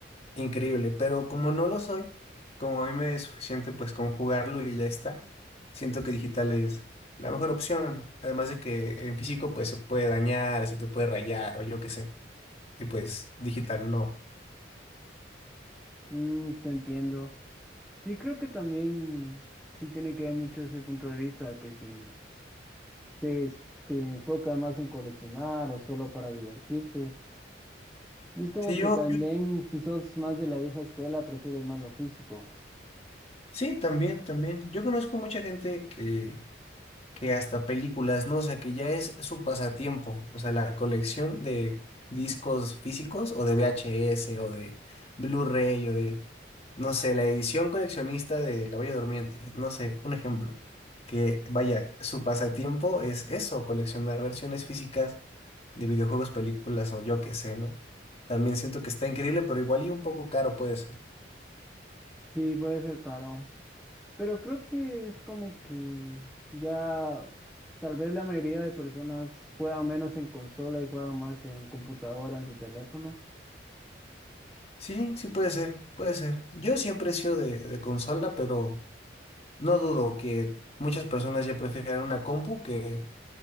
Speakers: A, on the left; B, in the centre.
A: Increíble, pero como no lo soy, como a mí me es suficiente pues con jugarlo y ya está, siento que digital es la mejor opción. Además de que en físico pues se puede dañar, se te puede rayar o yo qué sé. Y pues digital no.
B: Mm, te entiendo. Sí, creo que también sí tiene que ver mucho ese punto de vista, que sí. te, es- te enfocas más en coleccionar o solo para divertirte. Y es como
A: Sí,
B: que
A: yo,
B: también, si sos más de la vieja escuela, prefieres más lo físico.
A: Sí, también, también. Yo conozco mucha gente que, que hasta películas, ¿no? O sea, que ya es su pasatiempo. O sea, la colección de discos físicos o de VHS o de Blu-ray o de, no sé, la edición coleccionista de La Bella Durmiente. No sé, un ejemplo. Que vaya, su pasatiempo es eso, coleccionar versiones físicas de videojuegos, películas o yo qué sé, ¿no? También siento que está increíble, pero igual y un poco caro puede ser.
B: Sí, puede ser caro. Pero creo que es como que ya tal vez la mayoría de personas juegan menos en consola y juegan más en computadora, en su teléfono.
A: Sí, sí puede ser, puede ser. Yo siempre he sido de, de consola, pero no dudo que muchas personas ya prefieren una compu que,